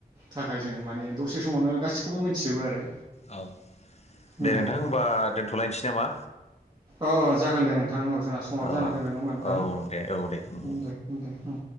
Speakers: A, on the right (about 25°); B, on the left (about 45°).
A: थाखाय जों माने दसे समावनो गासिखौबो मिथिजोबो आरो
B: औ दे
A: उम।
B: नोंथां होमबा दोनथ'लायनोसै नामा
A: अ जागोन दे नोंथां औ जोंना समाबो
B: औ
A: जाना फैबाय नङा होमबा नोंथां
B: औ दे औ दे उम
A: दे दे। हौ